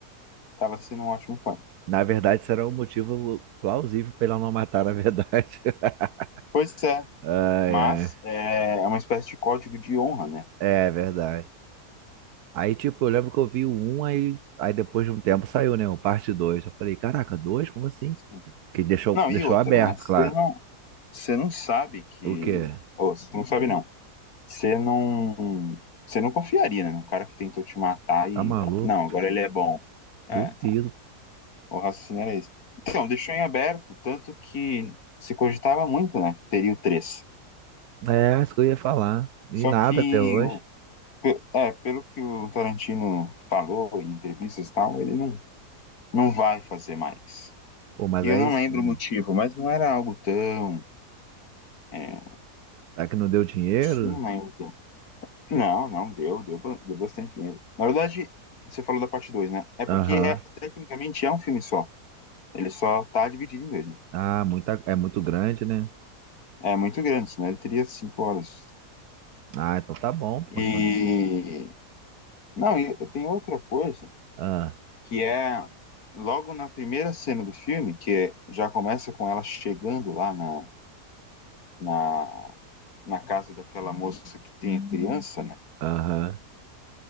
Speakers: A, on the left; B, on the right.
A: tava sendo um ótimo pai.
B: Na verdade, será um motivo plausível pra ele não matar, na verdade. <laughs>
A: Pois é,
B: Ai,
A: mas
B: ai.
A: é é uma espécie de código de honra, né?
B: É verdade. Aí, tipo, eu lembro que eu vi o 1, aí, aí depois de um tempo saiu, né? O parte dois Eu falei, caraca, dois Como assim?
A: Sim.
B: Que deixou,
A: Não,
B: deixou
A: e outra,
B: aberto,
A: né? Você
B: claro.
A: não, você não sabe que.
B: O quê?
A: Ou, você não sabe, não. Você não. Você não confiaria, né? Um cara que tentou te matar e.
B: Tá maluco?
A: Não, agora ele é bom. É,
B: Duvido.
A: então. O raciocínio era esse. Então, deixou em aberto, tanto que se cogitava muito, né, que teria o três,
B: É, isso que eu ia falar. E
A: Só
B: nada
A: que,
B: até hoje.
A: o- pe- é, pelo que o Tarantino falou em entrevistas e tal, ele não, não vai fazer mais.
B: Pô, mas
A: E
B: aí,
A: eu não lembro
B: hum,
A: o motivo, mas não era algo tão. é,
B: será que não deu dinheiro?
A: não lembro. o que. Não, não, deu, deu, ba- deu bastante dinheiro. Na verdade, você falou da parte 2, né? É porque,
B: Aham.
A: é, tecnicamente, é um filme só. Ele só tá dividido em dois, né?
B: Ah, muita, é muito grande, né?
A: É muito grande, senão ele teria cinco horas.
B: Ah, então tá bom, pô.
A: E
B: Então,
A: Não, e tem outra coisa
B: ah,
A: que é logo na primeira cena do filme, que é- já começa com ela chegando lá na, na, na casa daquela moça que tem a criança, né?
B: aham.